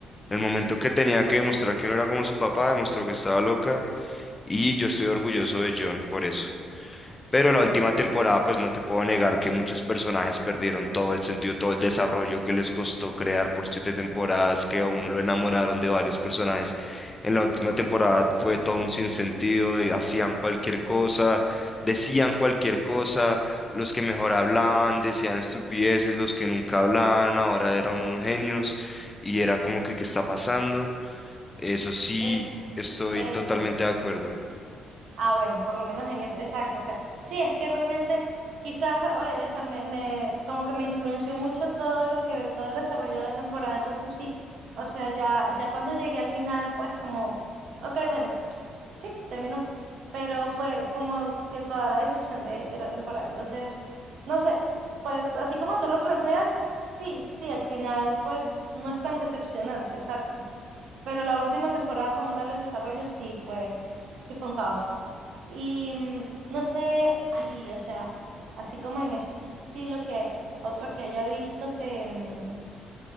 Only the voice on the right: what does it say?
Mm.
Es
eso.
Ah, bueno, por lo menos en eso, exacto. O sea, sí, es que realmente quizás, eh, o sea, me, me, como que me influenció mucho todo lo que, todo el desarrollo de la temporada, entonces sí. O sea, ya, ya cuando llegué al final, pues como, ok, bueno. sí, terminó. Pero fue como que toda la decepción de, de la temporada. Entonces, no sé, pues así como tú lo planteas, sí, sí, al final pues no es tan decepcionante, exacto. Pero la última temporada como tal, el desarrollo sí fue, sí fue un caos. Y mm, no sé, ay, o sea, así como en ese estilo que otra que haya visto que, mm,